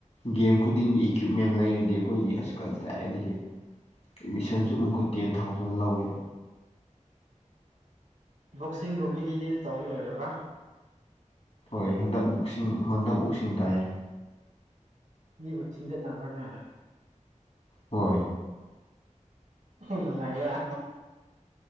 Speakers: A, on the left; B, on the right.
A: ꯒꯦꯝ ꯈꯨꯗꯤꯡꯒꯤ ꯏꯀ꯭ꯋꯤꯞꯃꯦꯟ ꯂꯩꯔꯗꯤ ꯑꯩꯈꯣꯏꯒꯤ ꯑꯁ ꯀꯗꯥꯏꯗꯒꯤ ꯑꯦꯠꯃꯤꯁꯟꯁꯨ ꯑꯃꯨꯛꯀ ꯇꯦꯟ ꯊꯥꯎꯖꯟ ꯂꯧꯌꯦ
B: ꯕꯣꯛꯁꯤꯡꯒꯨꯝꯕꯒꯤꯗꯤ ꯇꯧꯕꯥ ꯂꯣꯏꯔꯕ
A: ꯍꯣꯏ ꯍꯟꯗꯛ ꯕꯨꯛꯁꯤꯡ ꯍꯟꯗꯛ ꯕꯨꯁꯤꯡ ꯇꯥꯏꯌꯦ
B: ꯃꯤꯕꯨ ꯊꯤꯟꯗꯠꯅꯕ꯭ꯔꯥ ꯅꯣꯏ
A: ꯍꯣꯏ
B: ꯅꯨꯡꯉꯥꯏꯕꯔ꯭